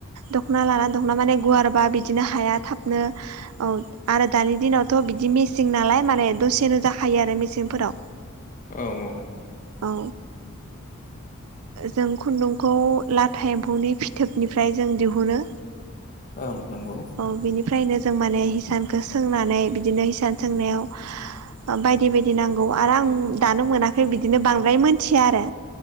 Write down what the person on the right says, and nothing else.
दख'ना लानानानै दख'ना माने गुवार बा बिदिनो हाया थाबनो औ आरो दानि दिनावथ' बिदि मेसें नालाय माने दसेनो जाखायो आरो मेसेंफोराव
औ जों खुन्दुंखौ लाथा एम्फौनि फिथोबनिफ्राय जों दिहुनो
औ बिनिफ्रायनो जों माने हिसानखौ सोंनानै बिदिनो हिसान सोंनायाव बायदि बायदि नांगौ आरो आं दानो मोनाखै बिदिनो बांद्राय मोनथिया आरो।